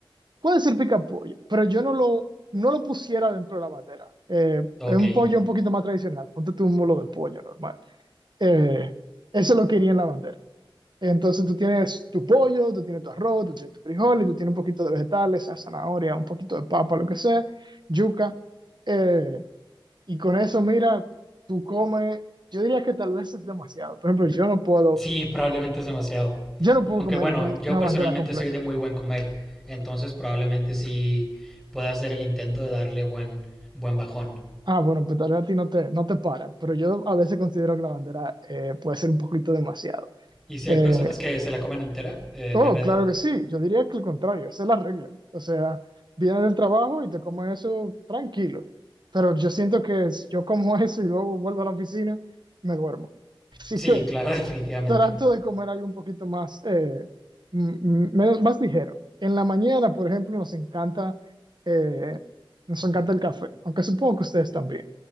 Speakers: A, on the right; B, in the centre.
A: Puede ser pica pollo, pero yo no lo, no lo pusiera dentro de la bandera. Eh,
B: Ok.
A: es un pollo un poquito más tradicional, ponte tú un mulo de pollo normal. Eh, eso lo quería en la bandera. Entonces tú tienes tu pollo, tú tienes tu arroz, tú tienes tu frijol y tú tienes un poquito de vegetales, sea zanahoria, un poquito de papa, lo que sea, yuca. Eh, y con eso, mira, tú comes, yo diría que tal vez es demasiado. Por ejemplo, yo no puedo,
B: Sí, probablemente es demasiado.
A: yo no puedo
B: Aunque
A: comer
B: bueno,
A: con
B: yo
A: una
B: personalmente
A: bandera completa.
B: soy de muy buen comer, entonces probablemente sí pueda hacer el intento de darle buen, buen bajón.
A: Ah, bueno, pues tal vez a ti no te, no te para, pero yo a veces considero que la bandera eh, puede ser un poquito demasiado.
B: ¿Y si
A: Eh,
B: hay personas que se la comen entera eh,
A: Oh,
B: en RD?
A: claro que sí. Yo diría que el contrario, esa es la regla. O sea, vienes del trabajo y te comes eso tranquilo. Pero yo siento que si yo como <laughs> eso y luego vuelvo a la oficina, me duermo. Así
B: Sí,
A: que
B: claro, <laughs> definitivamente.
A: trato de comer algo un poquito más, eh, m- m- menos, más ligero. En la mañana, por ejemplo, nos encanta, eh, nos encanta el café, aunque supongo que ustedes también.